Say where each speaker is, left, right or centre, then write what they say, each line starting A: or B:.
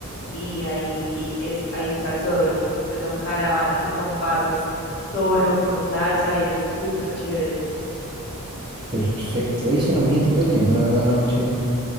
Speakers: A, on the left; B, on the right.
A: y ahí es, hay un salsódromo. Entonces son caravanas y comparsas solo con salsa y eso es súper chévere.
B: perfecto. Ahí suena muy entretenido, la verdad, la noche en,